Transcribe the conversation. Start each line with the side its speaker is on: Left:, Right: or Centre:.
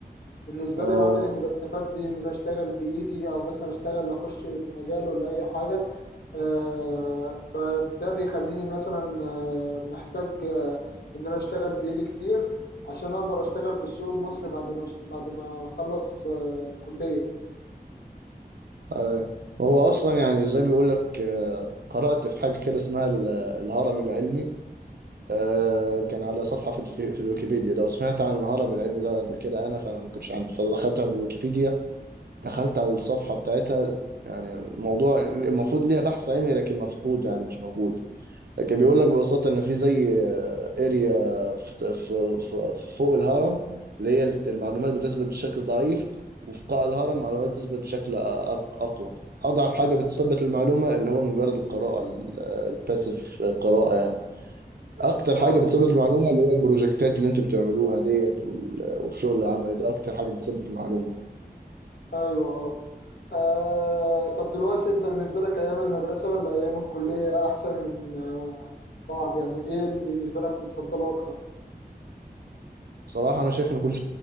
Left: بالنسبة
Right: اه
Left: لي العمل اللي بستفاد بيه إن أنا أشتغل بإيدي أو مثلا أشتغل أخش مجال ولا أي حاجة آه، فده بيخليني مثلا آه، محتاج آه، ان انا اشتغل بايدي كتير عشان اقدر اشتغل في السوق المصري بعد ما بعد ما اخلص آه، كلية
Right: آه. وهو اصلا يعني زي ما بيقول لك آه، قرأت في حاجة كده اسمها ال- الهرم العلمي آه، كان على صفحة في الف- في الويكيبيديا ده وسمعت عن الهرم العلمي ده قبل كده انا فما كنتش عندي فدخلت على الويكيبيديا دخلت على الصفحة بتاعتها يعني الموضوع المفروض ليها بحث علمي لكن مفقود يعني مش موجود لكن بيقول لك ببساطة إن في زي اريا في في- في- فوق الهرم اللي هي المعلومات بتثبت بشكل ضعيف وفي قاع الهرم معلومات بتثبت بشكل أق- أقوى أضعف حاجة بتثبت المعلومة اللي هو مجرد القراءة الباسيف قراءة يعني أكتر
Left: اه
Right: حاجة بتثبت المعلومة اللي هي البروجكتات اللي أنتوا بتعملوها ديت وال- والشغل العملي ده أكتر حاجة بتثبت المعلومة
Left: ايوه اه آه، طب دلوقتي انت بالنسبة لك ايام المدرسة ولا ايام الكلية احسن من آه، من بعض يعني ايه اللي بالنسبة لك بتفضله اكتر
Right: بصراحة أنا شايف إن كل <laughs>